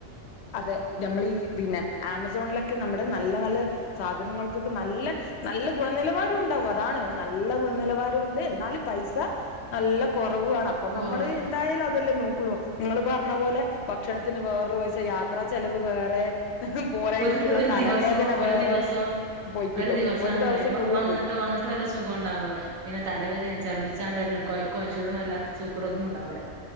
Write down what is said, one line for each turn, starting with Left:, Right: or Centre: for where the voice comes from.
Left: അതെ, നമ്മൾ ഈ പിന്നെ ആമസോണിലൊക്കെ നമ്മുടെ നല്ല നല്ല സാധനങ്ങൾക്കൊക്കെ നല്ല നല്ല ഗുണനിലവാരം ഉണ്ടാകും അതാണ് നല്ല ഗുണനില വാരം ഉണ്ട്, എന്നാല് പൈസ നല്ല കുറവും ആണ്. അപ്പൊ
Right: കൊറവ്
Left: നമ്മള് എന്തായാലും അതല്ലേ നോക്കുളളൂ. ങ്ങള് പറഞ്ഞ പോലെ ഭക്ഷണത്തിന് വേറൊരു പുഴ, യാത്രാ ചെലവ് വേറെ ഹഹ പോരാഞ്ഞിട്ടുള്ള
Right: ഒരു ഒരു
Left: തലവേദന
Right: ദിവസോ ഒരു
Left: വേറെ
Right: ദിവസോ
Left: പോയിക്കിട്ടും
Right: ഒരു ദിവസാണ്
Left: ദിവസം
Right: കഴിയുംബൊ
Left: ഫുള്ളും
Right: വന്നിട്ട്
Left: പോയിക്കിട്ടും
Right: വന്നിട്ട് വല്ല സുഖം ഉണ്ടാവോ പിന്നെ തലവേദനിം ചർദിച്ച് വരലും കൊയ്ക്കോ ശീണോ ഇല്ലാത്ത സൂക്കേടൊന്നു ണ്ടാവൂല.